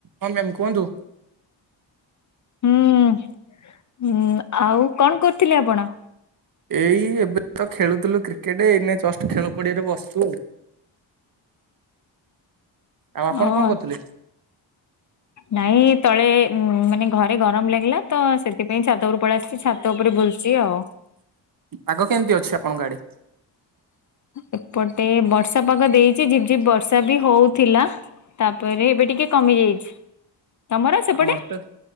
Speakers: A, on the right; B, on the left.
A: ହଁ ମ୍ୟାମ୍ କୁହନ୍ତୁ।
B: ହୁଁ -ହୁଁ ଆଉ କଣ୍ କରୁଥିଲେ ଆପଣ?
A: ଏଇ ଏବେ ତ ଖେଳୁଥିଲୁ କ୍ରିକେଟେ ଏଇନେ ଜଷ୍ଟ୍ ଖେଳ ପଡିଆରେ ବସିଚୁ ଆଉ। ଆଉ ଆପଣ
B: ହଁ
A: କଣ କରୁଥିଲେ?
B: ନାଇଁ ତଳେ ଉଁ- ମାନେ ଘରେ ଗରମ୍ ଲାଗିଲା ତ ସେଥିପାଇଁ ଛାତ ଉପରକୁ ପଳେଇ ଆସିଚି ଛା ଛାତ ଉପରେ ବୁଲ୍ ଚି ଆଉ।
A: ପାଗ କେମିତି ଅଛି ଆପଣଙ୍କ ଆଡେ?
B: ଏପଟେ ବର୍ଷା ପାଗ ଦେଇଚି ଝିପ୍ ଝିପ୍ ବର୍ଷା ବି ହଉଥିଲା ତାପରେ ଏବେ ଟିକେ କମି ଯାଇଚି। ତମର ସେପଟେ?
A: ଆମର ତ